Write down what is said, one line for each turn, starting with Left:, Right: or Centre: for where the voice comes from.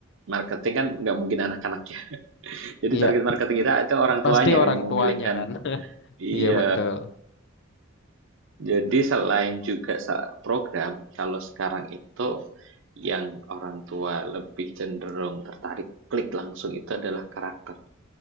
Right: marketing kan nggak mungkin anak-anaknya. <laughs> Jadi
Left: iya.
Right: target marketing kita itu orang
Left: Pasti
Right: tuanya
Left: orang
Right: kan yang memilihkan.
Left: tuanya kan.
Right: Iya,
Left: Iya betul.
Right: jadi selain juga sa- program, kalau sekarang itu yang orang tua lebih cenderung tertarik klik langsung itu adalah karakter.